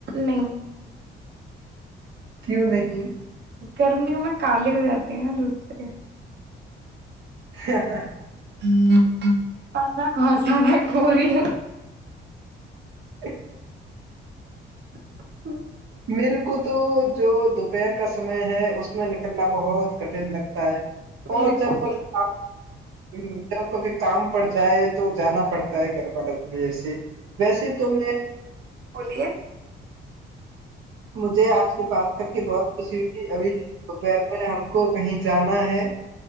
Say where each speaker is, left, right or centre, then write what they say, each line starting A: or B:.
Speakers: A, on the right; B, on the right.
A: نہیں
B: کیوں نہیں
A: گرمیوں میں کالے ہو جاتے ہیں نا دھوپ سے
B: <unintelligible>
A: <unintelligible>
B: <inaudible>
A: <unintelligible>
B: میرے کو تو جو دوپہر کا سمے ہے اس میں نکلنا بہت کٹن لگتا ہے
A: میرے
B: اور جب کو
A: بھی
B: ہ جب کبھی کام پڑ جائے تو جانا پڑتا ہے گھر والوں بھیسے ویسے تو میں
A: بولیے
B: مجھے آپ سے بات کر کے بہت خوشی ہوئی ابھی دوپہر میں ہم کو کہیں جانا ہے